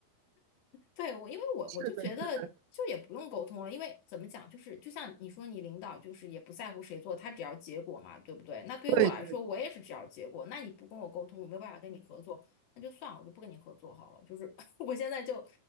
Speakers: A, on the left; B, on the right.
A: 对我，因为我我就觉得就也不用沟通了，
B: 是的，是的，
A: 因为怎么讲，就是就像你说，你领导就是也不在乎谁做，他只要结果嘛，对不对？那对于我来说，
B: 对对的，
A: 我也是只要结果。那你不跟我沟通，我没有办法跟你合作，那就算了，我就不跟你合作好了。就是 <laughs> 我现在就